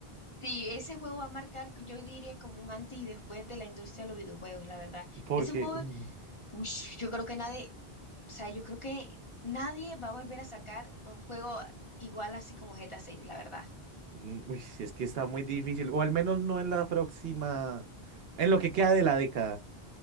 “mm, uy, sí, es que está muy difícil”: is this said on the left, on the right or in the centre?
Right